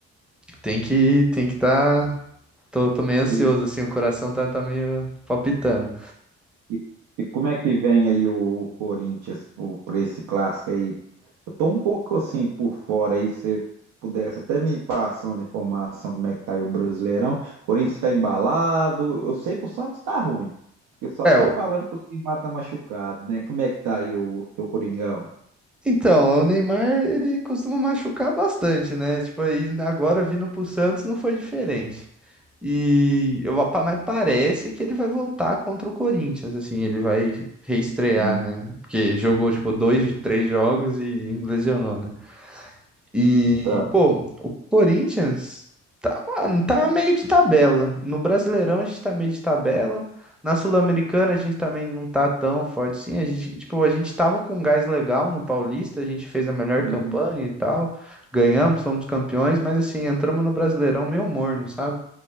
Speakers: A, in the centre; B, on the right.
A: tem que, tem que tá. Tô, tô meio ansioso,
B: e,
A: assim. O coração tá, tá meio palpitando.
B: E, e como é que vem aí o, o Corinthians para esse clássico aí? Eu tô um pouco assim por fora aí, se pudesse até me passar umas informações como é que tá aí o Brasileirão. O Corinthians está embalado, eu sei que o Santos tá ruim, porque só
A: É,
B: tá
A: o-
B: falando que o Neymar tá machucado, né? Como é que tá aí o, seu Coringão?
A: Então, o Neymar, ele costuma machucar bastante, né? Tipo, aí agora vindo pro Santos não foi diferente. E eu, pa- mas parece que ele vai voltar contra o Corinthians, assim, ele vai reestrear,
B: Hum,
A: né? Porque jogou, tipo, dois, três jogos e lesionou, né? E,
B: Tá.
A: pô, o Corinthians tá, mano, tá meio de tabela. No Brasileirão a gente tá meio de tabela. Na Sul-Americana a gente também não tá tão forte assim. A gente, tipo, a gente tava com um gás legal no Paulista, a gente fez a melhor
B: Uhum.
A: campanha e tal. Ganhamos, fomos campeões, mas assim, entramos no Brasileirão meio morno, sabe?